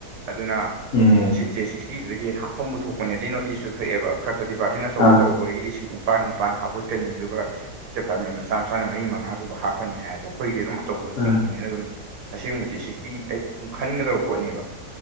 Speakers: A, on the right; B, on the left.
A: ꯑꯗꯨꯅ
B: ꯎꯝ
A: ꯁꯤꯠꯁꯦ ꯁꯤꯛꯁꯇꯤꯗꯨꯗꯒꯤ ꯍꯦꯟꯅ ꯍꯥꯞꯐꯝꯕꯨ ꯊꯣꯛꯄꯅꯦ ꯑꯗꯨ ꯅꯣꯇꯤꯁꯁꯨ ꯊꯣꯛꯑꯦꯕ ꯈꯔ ꯈꯔ ꯗꯤꯄꯥꯔꯠꯃꯦꯟꯅ ꯑꯆꯧꯕ
B: ꯑꯥ
A: ꯑꯆꯧꯕꯒꯤꯗꯤ ꯁꯤꯠꯅꯤ ꯅꯤꯄꯥꯥꯟ ꯅꯤꯄꯥꯟ ꯍꯥꯞꯄꯣꯏꯠꯀꯅꯤ ꯑꯗꯨꯒ ꯃꯆꯥ ꯃꯆꯥꯅ ꯃꯔꯤ ꯃꯉꯥꯒꯨꯝꯕ ꯍꯥꯞꯀꯅꯤ ꯍꯥꯏꯗꯣ ꯑꯩꯈꯣꯏꯒꯤꯗꯤ ꯑꯗꯨꯝ ꯑꯆꯧꯕ
B: ꯑꯥ
A: ꯆꯤꯡꯕꯅꯤꯅ ꯑꯗꯨꯝ ꯑꯁꯦꯡꯕꯗꯤ ꯁꯤꯛꯁꯇꯤ ꯑꯩ ꯈꯟꯒꯗꯕ ꯄꯣꯠꯅꯦꯕ